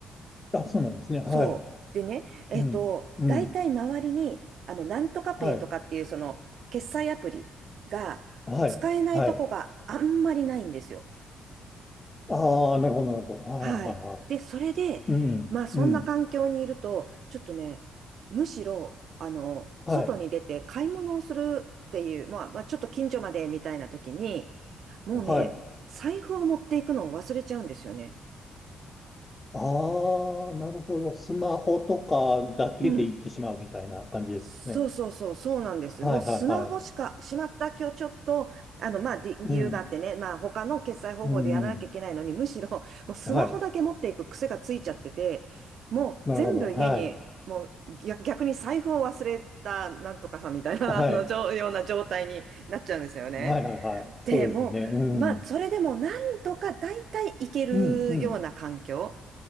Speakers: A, on the left; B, on the right.
A: あ、そうなんですね。はい。
B: そう。でね、えっと、
A: うん。うん。
B: 大体周りに、あの、なんとかペイとかっていうその決済アプリが使えないとこがあんまりないんですよ。
A: はい。はい。はい。ああ、なるほど、なるほど。はい、
B: はい。
A: はい、はい。
B: で、それで、
A: うん。
B: まあ、そんな環境にいると、
A: うん。
B: ちょっとね、むしろ、あの、
A: はい。
B: 外に出て買い物をするっていう、まあ、まあ、ちょっと近所までみたいな時に、もうね、
A: はい。
B: 財布を持っていくのを忘れちゃうんですよね。
A: ああ、なるほど。スマホとかだけで行ってしまうみたいな感じですかね。
B: うん。そうそうそう、そうなんです。
A: はい、
B: もうスマホしか、
A: はい、はい。
B: しまった、今日ちょっと、あの、まあ、り理由があってね、
A: うん。
B: まあ、他の決済方法でやらなきゃいけないのに、
A: うん、うん。
B: むしろ、もうスマホだけ持っていく癖がついちゃってて、
A: はい。
B: もう全部家に、
A: なるほど。はい。
B: もう逆、逆に財布を忘れた、なんとかさんみたいな、
A: はい。
B: <laughs> あの、じょような状態になっちゃうんですよね。
A: はい、はい、はい。そうですよね。
B: で、もう、
A: うん。
B: まあ、それでもなんとか大体いけるような環境。
A: うん、うん。